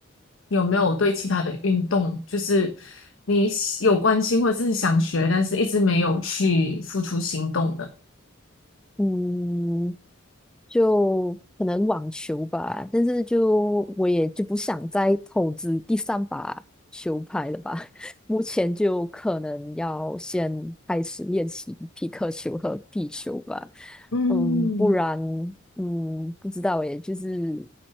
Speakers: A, on the left; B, in the centre.
A: 有没有对其他的运动，就是你喜有关心或者是想学，但是一直没有去付出行动的？
B: 嗯，就可能网球吧，但是就我也就不想再投资第三把球拍了吧。<laughs> 目前就可能要先开始练习皮克球和地球吧，
A: 嗯，
B: 嗯，不然嗯不知道诶，就是